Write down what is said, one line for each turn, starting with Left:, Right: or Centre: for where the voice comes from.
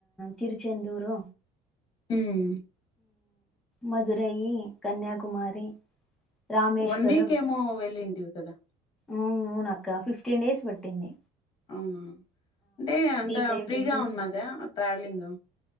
Centre: తిరుచెందూరు
Left: ఊమ్
Centre: మధురైయి కన్యాకుమారి రామేశ్వరం
Left: వన్ వీక్ ఏమో వెళ్ళింటివి కదా
Centre: ఊమ్ ఊనక్క ఫిఫ్టీన్ డేస్ బట్టింది.
Left: అవునా అంటే అంత
Centre: ఫైవ్
Left: ఫ్రీగా
Centre: టెంపుల్స్
Left: ఉన్నదా ట్రావ్లింగ్